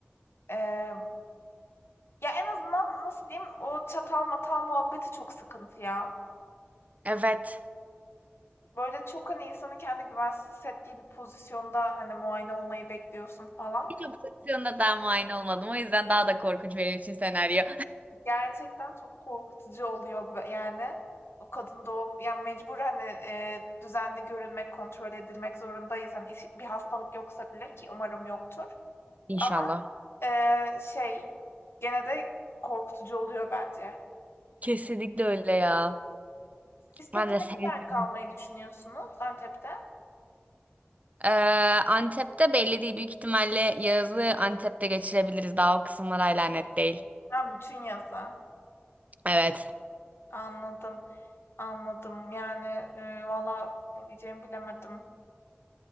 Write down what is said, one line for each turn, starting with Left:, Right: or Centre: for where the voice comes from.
Left: Emm, ya, en azından nasıl diyeyim, o çatal matal muhabbeti çok sıkıntı ya.
Right: Evet.
Left: Böyle çok, hani, insanın kendi güvensiz hissettiği bir pozisyonda, hani, muayene olmayı bekliyorsun falan.
Right: Hiç o pozisyonda daha muayene olmadım. O yüzden daha da korkunç benim için senaryo.
Left: Gerçekten çok korkutucu oluyor yani. O kadın doğum yani mecbur, hani, eee, düzenli görülmek, kontrol edilmek zorundayız. Hani, iş bir hastalık yoksa bile ki umarım yoktur
Right: <laughs> İnşallah.
Left: ama, eee, şey gene de korkutucu oluyor bence.
Right: Kesinlikle öyle ya.
Left: Siz peki
Right: Ben de
Left: ne
Right: sevmiyorum.
Left: kadar kalmayı düşünüyorsunuz Antep'te?
Right: Ee, Antep'te belli değil. Büyük ihtimalle yazı Antep'te geçirebiliriz. Daha o kısımlar hala net değil.
Left: Ha, bütün yazı.
Right: Evet.
Left: Anladım. Anladım. Yani e, valla ne diyeceğimi bilemedim.